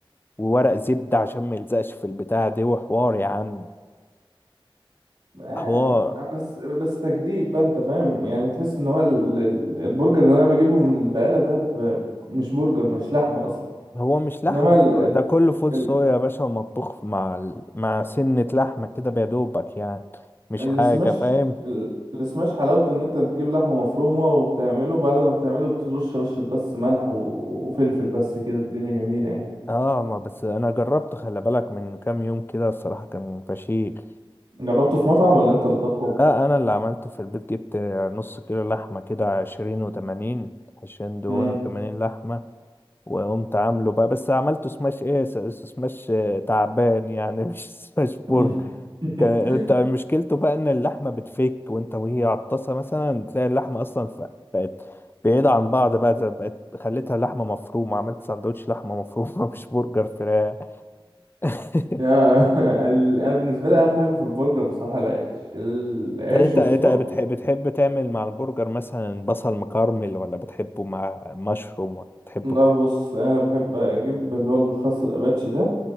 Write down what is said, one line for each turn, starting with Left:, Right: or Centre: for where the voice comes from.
Left: وورق زبدة عشان ما يلزقش في البتاعة دي وحوار يا عم
Right: آه،
Left: ده حوار
Right: بس بس تجديد بقى انت فاهم يعني تحس ان هو ال- ال- البرجر اللي انا بجيبه من البقالة ده ب- مش برجر مش لحمة اصلا
Left: هو مش لحمة
Right: انما
Left: ده,
Right: ال-
Left: ك- ده كله فول
Right: ال-
Left: صويا يا باشا ومطبوخ مع ال... مع سنة لحمة كده بيدوبك يعني مش
Right: السماش
Left: حاجة فاهم
Right: ال- السماش حلاوته ان انت بتجيب لحمه مفرومه وبتعمله بعد ما بتعمله بترش رشه بس ملح و- وفلفل بس كده الدنيا جميله يعني
Left: اه ما بس انا جربت خلي بالك من كام يوم كده الصراحة كان فشيخ
Right: جربته في مطعم ولا انت اللي طبخه
Left: لا انا اللي عملته في البيت جبت نص كيلو لحمة كده عشرين وتمانين عشرين دهون
Right: مم.
Left: وتمانين لحمة وقمت عامله بقى بس عملته سماش ايه س- سماش آه، تعبان يعني <laughs> مش سماش بورك
Right: مم. <laughs>
Left: كان- انت مشكلته بقى ان اللحمه بتفك وانت وهي على الطاسه مثلا تلاقي اللحمه اصلا ف- بقت بعيده عن بعض بقى زي- بقت خليتها لحمه مفرومه عملت سندوتش لحمه مفرومه <laughs> مش برجر فراخ <laughs>
Right: يا ال- انا بالنسبه لي اهم حاجه في البرجر بصراحه العيش العيش
Left: فانت
Right: والصوص
Left: انت بتحب بتحب تعمل مع البرجر مثلا بصل مكرمل ولا بتحبه مع مشروم ولا بتحبه
Right: لا بص انا بحب اجيب اللي هو الخس الاباتشي ده